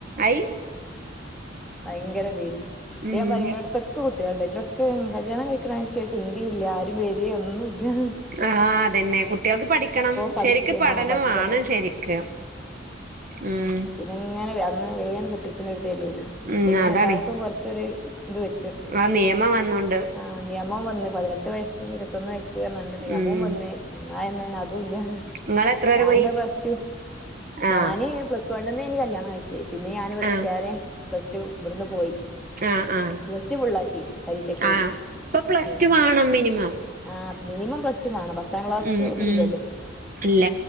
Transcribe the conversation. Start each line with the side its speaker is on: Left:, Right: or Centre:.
Right: അയി
Centre: ഭയങ്കര ഇതേന് ഇപ്പ
Right: ഉം
Centre: ഞാൻ പറയും ഇവിടെ അടുത്തൊക്കെ കുട്ട്യാള്ണ്ട് ഇത്രൊക്കെ കല്യാണം കഴിക്കണായി ചിന്തിം ഇല്ല ആരും വെരെ ഒന്നും ഇല്ല
Right: ആഹ അതന്നെ കുട്ട്യാൾക്ക് പഠിക്കണം
Centre: പഠിക്ക
Right: ശരിക്കും പഠനം
Centre: ആഹ് പഠിച്ചണം
Right: വാണം ശരിക്ക് ഉം
Centre: പിന്ന ഇങ്ങനെ അന്ന് വേണ്ട് കെട്ടിച്ച്ണൊര്തെല്ലേ ഇപ്പൊ
Right: ഉം
Centre: പിന്നെ
Right: അതാണ്
Centre: എല്ലാർക്കും കുറച്ചൊരു ഇത് വെ
Right: ആ നിയമം വന്നോണ്ട്
Centre: ആഹ നിയമം വന്ന് പതിനെട്ട് വയസ് ഇരുപത്തൊന്ന് വയസ്സ് പറഞ്ഞാണ്ട് നിയമോം
Right: ഉം
Centre: വന്ന് എന്ന പിന്നെ അതും ഇല്ല
Right: നിങ്ങള് എത്ര വരെ
Centre: ഞാൻ
Right: പോയി
Centre: പിന്നെ പ്ലസ് ടു
Right: ആഹ്
Centre: ഞാന് പ്ലസ് വണ്ന്നേനി കല്യാണം കഴിച്ചത് പിന്നെ ഞാനിവിടെത്ത്യാരെ
Right: ആഹ്
Centre: പ്ലസ് ടു ഇവിടുന്ന് പോയി
Right: ആഹ് ആഹ്
Centre: പ്ലസ് ടു ഫുള്ളാക്കി പരീക്ഷകെ എയ്തി
Right: ആഹ് ഇപ്പൊ പ്ലസ്
Centre: ഉം
Right: ടു വാണം മിനിമം
Centre: ആഹ മിനിമം പ്ലസ് ടു വണം പത്താം ക്ലാസ്
Right: ഉം
Centre: എവ്ടി
Right: ഉം
Centre: ഇല്ലല്ലോ
Right: ഇല്ല